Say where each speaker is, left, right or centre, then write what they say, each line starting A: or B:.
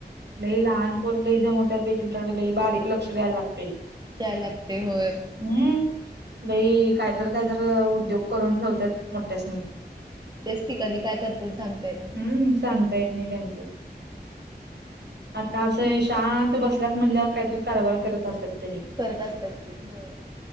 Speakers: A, on the right; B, on the right.
A: लई लहानपोर ल इदम होतत बा त्यांच्याकडे लई बारीक लक्ष द्यायला लागत.
B: द्यायला लागते होय
A: हम् लई. काय जर काय जर उद्योग करून ठेवतात मोठ्यासनी,
B: तेच की कधी काय करतील सांगता येत नाही.
A: हम्म! सांगता येत नाही त्यांचं आता असं शांत बसल्यात म्हणल्यावर काहीतरी कारभार करत असतात.
B: करत असतात ते होय